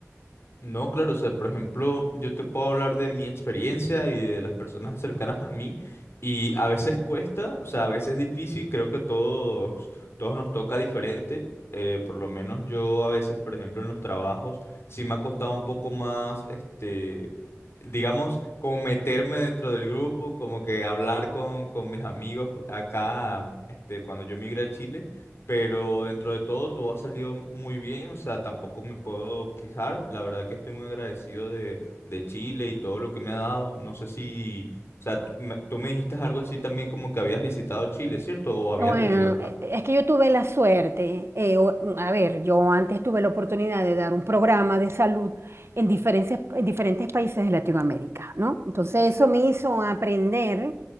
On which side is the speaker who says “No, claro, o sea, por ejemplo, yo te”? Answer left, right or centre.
Left